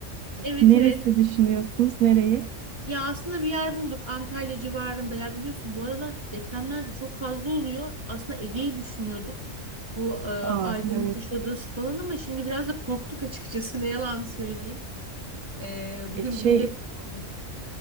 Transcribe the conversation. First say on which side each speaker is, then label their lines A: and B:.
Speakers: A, on the right; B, on the right.
A: Evet
B: neresi
A: evet
B: düşünüyorsunuz? Nereye?
A: ya aslında bir yer bulduk Antalya civarında ya biliyorsun bu aralar depremler de çok fazla oluyor. Aslında Ege'yi düşünüyorduk bu e,
B: Aa,
A: Aydın
B: evet.
A: Kuşadası falan ama şimdi biraz da korktuk açıkçası <laughs> ne yalan söyleyeyim. Ee, bugün
B: E, şey
A: bile deprem oldu.